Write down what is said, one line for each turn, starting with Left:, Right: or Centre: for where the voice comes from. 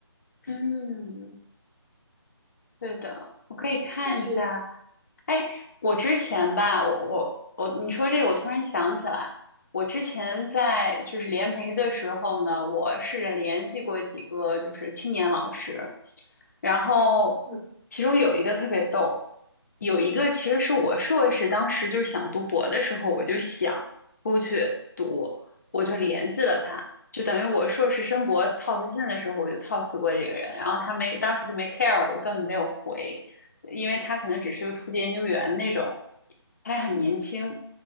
Left: 嗯，对的，我可以看一下
Centre: 或许，
Left: 哎，我之前吧，我我我，你说这个，我突然想起来，我之前在就是联培的时候呢，我试着联系过几个就是青年老师，然后其中有一个特别逗，
Centre: 嗯
Left: 有一个其实是我硕士当时就是想读博的时候，我就想出去读，我就联系了他，就等于我硕士申博套词信的时候，我就套词过这个人，然后他没当时就没 care，我根本没有回。因为他可能只是个初级研究员那种，他还很年轻。